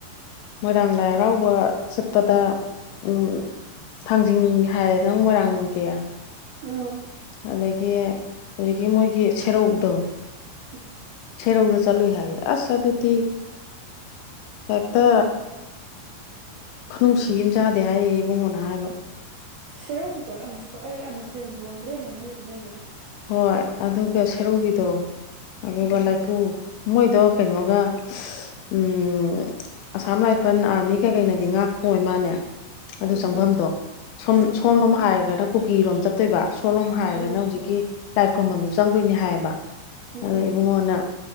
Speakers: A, on the left; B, on the right.
A: ꯃꯣꯏꯔꯥꯡ ꯂꯥꯏ ꯍꯔꯥꯎꯕ ꯆꯠꯄꯗ ꯎ ꯊꯥꯡꯖꯤꯡ ꯍꯥꯏꯔꯦ ꯅꯪ ꯃꯣꯏꯔꯥꯡꯒꯤ
B: ꯎ
A: ꯑꯗꯒꯤ ꯍꯧꯖꯤꯛꯀꯤ ꯃꯣꯏꯒꯤ ꯁꯦꯔꯧꯗꯣ
B: ꯎꯝ
A: ꯁꯔꯧꯒ ꯆꯂꯨꯣꯏ ꯍꯥꯏ ꯑꯁ ꯑꯗꯨꯗꯤ ꯍꯦꯛꯇ ꯈꯨꯅꯨꯡꯁꯤꯃ ꯆꯥꯗꯦ ꯍꯥꯏꯔꯤꯕ ꯏꯕꯨꯡꯉꯣꯅ ꯍꯥꯏꯕ
B: ꯁꯦꯔꯧꯒꯤꯗꯣ ꯑꯩ ꯑꯃꯨꯛꯁꯨ ꯑꯃꯨꯛ ꯈꯣꯏꯔꯦꯝꯒꯤ ꯋꯥꯡꯕ꯭ꯔꯦꯟꯅ ꯃꯣꯏꯒꯤꯗ ꯂꯩꯗꯨꯅ
A: ꯍꯣꯏ ꯑꯗꯨꯒ ꯁꯦꯔꯧꯒꯤꯗꯣ ꯑꯗꯨꯒ
B: ꯎꯝ
A: ꯂꯥꯏꯄꯨꯣꯏꯗꯣ ꯀꯩꯅꯣꯒ ꯎꯝ ꯑꯁꯥꯝ ꯔꯥꯏꯐꯜ ꯑꯥꯔꯃꯤ ꯀꯩꯀꯩꯅꯗꯤ ꯉꯥꯛꯄꯣꯏ ꯃꯥꯅꯦ ꯑꯗꯨ
B: ꯎꯝ
A: ꯆꯪꯐꯝꯗꯣ ꯁꯨꯝ
B: ꯎꯝ
A: ꯁꯣꯝꯂꯣꯝ ꯍꯥꯏꯔꯒꯅ ꯀꯨꯀꯤꯔꯣꯝ ꯆꯠꯇꯣꯏꯕ ꯁꯣꯂꯣꯝ ꯍꯥꯏꯔꯒꯅ
B: ꯎꯝ
A: ꯍꯧꯖꯤꯛꯀꯤ ꯂꯥꯏ ꯈꯨꯔꯝꯕꯝꯗꯨ ꯆꯪꯗꯣꯏꯅꯤ ꯍꯥꯏꯌꯦꯕ
B: ꯎꯝ
A: ꯑ ꯏꯕꯉꯟꯅ